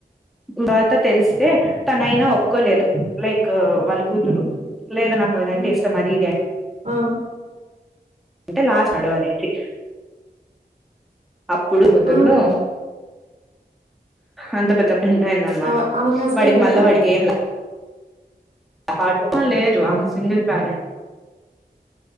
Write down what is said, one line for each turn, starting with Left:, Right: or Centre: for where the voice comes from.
Centre: బత తెలిస్తే తన అయినా ఒప్పుకోలేదు లైక్ వాళ్ళ కు లేద నాకదంటే
Right: ఉమ్
Centre: ఇష్టం అది ఇది
Right: ఆ
Centre: అంటే లాస్ట్ అడవు అనేసి అప్పుడు కుద్దుర్లో
Right: ఆ
Centre: అంత పెద్ద పెంట అయింది అనమాట
Right: ఆవ ఆమెకు హస్బెండ్
Centre: వాడికి
Right: లేడా
Centre: మళ్ళా వాడికి ఏంల హా లేరు ఆమె సింగిల్ పారెంట్.